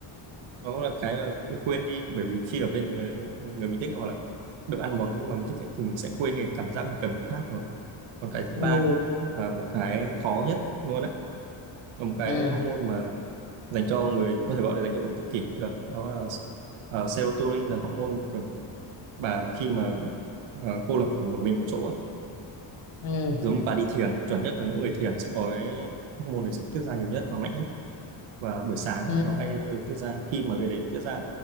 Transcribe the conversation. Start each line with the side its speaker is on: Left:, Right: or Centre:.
Right: đó là cái là quên đi bởi vì khi ở bên người, người mình thích hoặc là được ăn món mà mình thích ấy, thì mình sẽ quên cái cảm giác mình cần cái khác rồi còn cái thứ
Left: ừ.
Right: ba là một cái khó nhất luôn á là một cái
Left: Ừ.
Right: hormone mà dành cho người có thể gọi là dành cho người tự kỷ cũng được đó là ờ, serotonin là hormone kiểu bà khi mà ờ, cô lập một mình một chỗ á,
Left: Ừ.
Right: giống như bà đi thiền chuẩn nhất là những người thiền sẽ có cái hormone này sẽ tiết ra nhiều nhất và mạnh nhất và buổi sáng
Left: Ừ.
Right: nó hay được tiết ra khi mà cái đấy tiết ra